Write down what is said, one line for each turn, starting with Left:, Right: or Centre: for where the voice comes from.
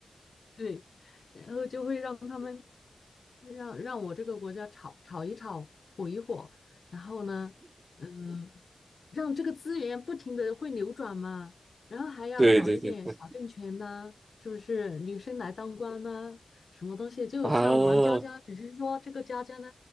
Left: 对，然后就会让他们让让我这个国家炒炒一炒，火一火，然后呢，嗯，让这个资源不停的会流转嘛，然后还要搞一点小政权呐、
Right: <laughs> 对对对对
Left: 是不是？女生来当官呐、什么东西？就像玩家家，
Right: 啊，
Left: 只是说这个家家呢，